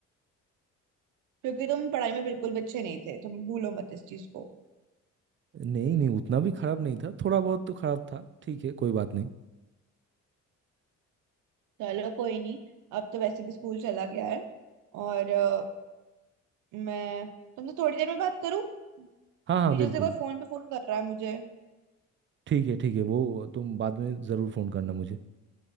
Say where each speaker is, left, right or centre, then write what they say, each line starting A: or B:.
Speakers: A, on the right; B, on the right.
A: क्योंकि तुम पढ़ाई में बिल्कुल भी अच्छे नहीं थे तुम भूलो मत इस चीज को
B: नहीं नहीं उतना भी खराब नहीं था थोड़ा बहुत तो खराब था ठीक है कोई बात नहीं
A: चलो कोई नहीं अब तो वैसे भी स्कूल चला गया है और अ, मैं तुमसे थोड़ी देर में बात करूँ
B: हाँ हाँ
A: पीछे
B: बिल्कुल
A: से कोई फोन पे फोन कर रहा है मुझे
B: ठीक है ठीक है वो तुम बाद में ज़रूर फ़ोन करना मुझे